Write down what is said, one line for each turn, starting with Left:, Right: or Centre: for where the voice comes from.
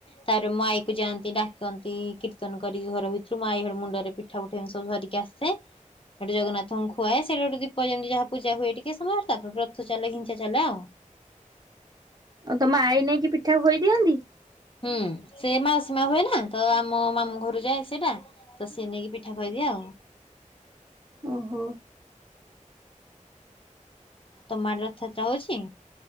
Left: ତାପରେ ମୋ ଆଈ କୁ ଯାଆନ୍ତି ଡାକନ୍ତି କୀର୍ତ୍ତନ କରି ଘର ଭିତରୁଁ ଆଈ ଘର ମୁଣ୍ଡରେ ପିଠା ଉଠା ଏମି ସବୁ ଧରିକି ଆସେ ସେଠି ଜଗନ୍ନାଥଙ୍କୁ ଖୁଆଏ ସେଠି ଗୋଟେ ଦୀପ ଯେମିତି ଯାହା ପୂଜା ହୁଏ ଟିକେ ସମ ତାପରେ ରଥ ଚାଲ ଘିଞ୍ଚା ଚାଲ ଆଉ
Right: ଓ ତମ ଆଇ ନେଇ କି ପିଠା ଖୋହି ଦେଇି ହନ୍ତି।
Left: ହୁଁ ସେ ମାଉସୀ ମା ହୁଏ ନା ତ ଆମ ମାମୁଁ ଘରୁ ଯାଏ ସେଟା ତ ସିଏ ନେଇକି ପିଠା ଖଦିଏ ଆଉ
Right: ଓହୋ।
Left: ଆଉ ତମ ଆଡେ ରଥଯାତ୍ରା ହଉଛି?